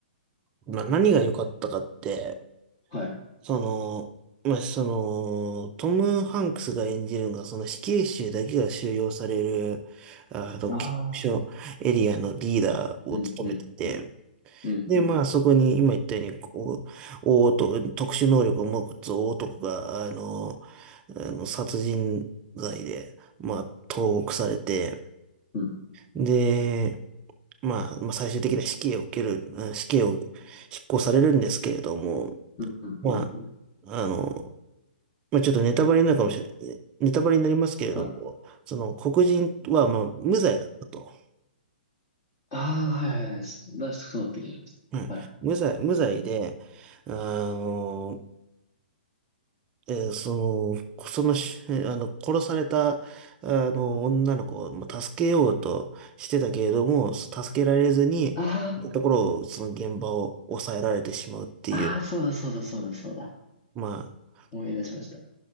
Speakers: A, on the right; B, on the left.
A: まあ、何が良かったかって、
B: はい。
A: その、まあ、その、トム・ハンクスが演じるのが、その死刑囚だけが収容される、あの、
B: ああ、
A: 刑務所エリアのリーダーを務めてて、
B: うんうんうんうんうん
A: で、まあ、そこに、今言ったように、こう、大男、特殊能力を持つ大男が、あの、あの殺人罪で、まあ、投獄されて、
B: うんうん
A: で、まあ、まあ、最終的な死刑を受ける、あ死刑を執行されるんですけれども、
B: うんうんうん。
A: まあ、あの、まあ、ちょっとネタバレになるかもしれない、ネタバレになりますけれども、
B: はい。
A: その黒人は、まあ、無罪だったと。
B: ああ、はいはいはい。出しそうだった気がします。
A: うん、
B: はい。
A: 無罪、無罪で、あの、えーその、そのし、えーあの、殺された、あの、女の子をまあ助けようとしてたけれども、助けられずに、
B: あ
A: ところを、その現場を抑えられてしまうっていう、
B: あ、ああ、そうだそうだそうだそうだ。
A: まあ、
B: 思い出しました。